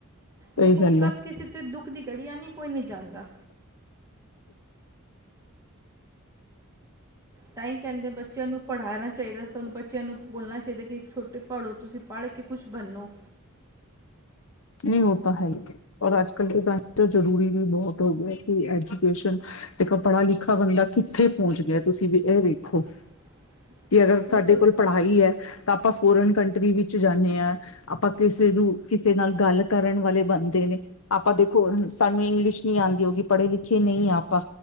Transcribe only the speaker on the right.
ਦੇਖੋ,
ਕਬ
ਕਿਸੇ ਤੇ ਦੁੱਖ ਦੀ ਘੜੀ ਆਣੀ ਹੈ ਕੋਈ ਨਹੀਂ ਜਾਣਦਾ। ਤਾਂਹੀ ਕਹਿੰਦੇ ਬੱਚਿਆਂ ਨੂੰ ਪੜ੍ਹਾਣਾ ਚਾਹੀਦਾ। ਸਾਨੂੰ ਬੱਚਿਆਂ ਨੂੰ ਬੋਲਣਾ ਚਾਹੀਦਾ ਕਿ ਛੋਟੇ ਪੜੋ ਤੁਸੀਂ ਪੜ੍ਹ ਕੇ ਕੁਛ ਬਣਨੋ।
<inaudible>
ਉਹ
ਤੋਂ